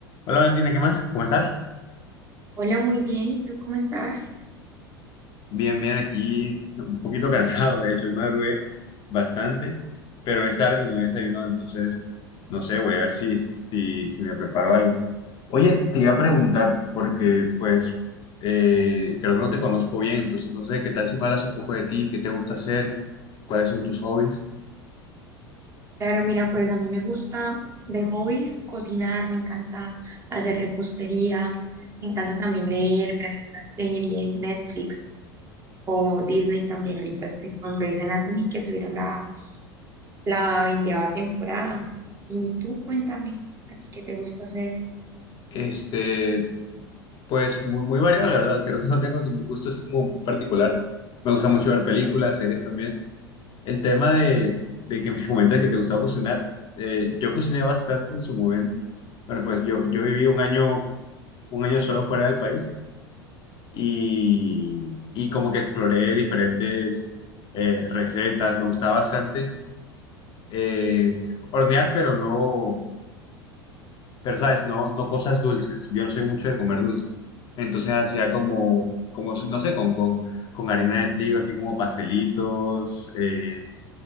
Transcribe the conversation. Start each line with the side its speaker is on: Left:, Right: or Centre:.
Left: Hola Valentina, ¿qué más? ¿Cómo estás?
Right: Hola, muy bien. ¿Y tú cómo estás?
Left: Bien, bien, aquí un poquito <laughs> cansado, de hecho, hoy madrugué bastante, pero es tarde y no he desayunado, entonces, no sé, voy a ver si, si, si me preparo algo. Oye, te iba a preguntar, porque pues eh, creo que no te conozco bien, entonces no sé, ¿qué tal si me hablas un poco de ti? ¿Qué te gusta hacer? ¿Cuáles son tus hobbies?
Right: Claro, mira, pues a mí me gusta de hobbies cocinar, me encanta hacer repostería, me encanta también leer, ver alguna serie, Netflix o Disney también. Ahorita estoy con Grey's Anatomy que subieron la, la veinteava temporada. Y tú cuéntame, ¿a ti qué te gusta hacer?
Left: Este, pues muy, muy variado, la verdad, creo que no tengo ningún gusto así como muy particular. Me gusta mucho ver películas, series también. El tema de, de que me <laughs> comentas que te gustaba cocinar, eh, yo cociné bastante en su momento. Bueno, pues yo, yo viví un año, un año solo fuera del país y, y como que exploré diferentes eh, recetas. Me gustaba bastante eh, hornear, pero no, pero sabes, no, no cosas dulces. Yo no soy mucho de comer dulces. Entonces hacía como, como no sé, con, con, con harina de trigo, así como pastelitos, eh,